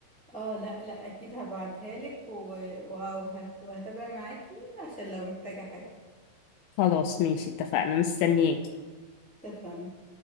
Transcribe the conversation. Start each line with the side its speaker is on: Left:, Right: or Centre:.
Centre: اه لا لا اكيد هبعتها لك و... وه- وهت- وهتابع معاكي عشان لو محتاجة حاجة
Left: خلاص ماشي اتفقنا مستنياكي
Centre: اتفقنا